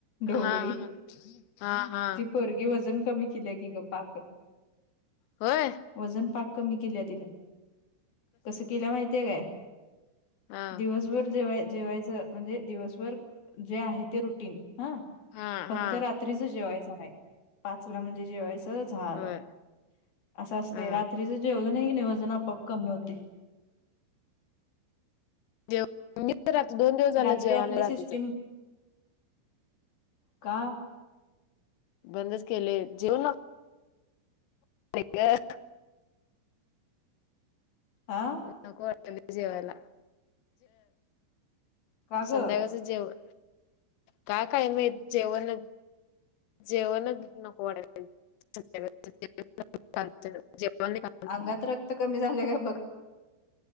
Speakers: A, on the left; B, on the left.
A: ढोवळी
B: हा हा हा हा हा
A: ती परगी वजन कमी केली की ग पाक.
B: होय.
A: वजन पाक कमी केली तिने कसं केल्या माहितीय काय?
B: हा
A: दिवसभर जेवाय जेवायच म्हणजे दिवसभर जे आहे ते रुटीन हा.
B: हा
A: फक्त
B: हा
A: रात्रीच जेवायच नाही पाचला म्हणजे जेवायचं. झालं
B: होय
A: असं असते
B: हा
A: रात्रीच जेवलं नाही नाही वजन आपआप कमी होते.
B: जेव मी तर र दोन दिवस
A: रात्री
B: झालं जेवा
A: आपली
B: आणि
A: सिस्टीम
B: रात्रीच
A: का?
B: बंदच केले जेव. <unintelligible>
A: आ.
B: नळ जवला.
A: का
B: संध्याकाळचं
A: ग
B: जेवण का काय माहत. जेवण जेवण नको वाडे. <unintelligible>
A: अंगात रक्त कमी झाले काय बघ.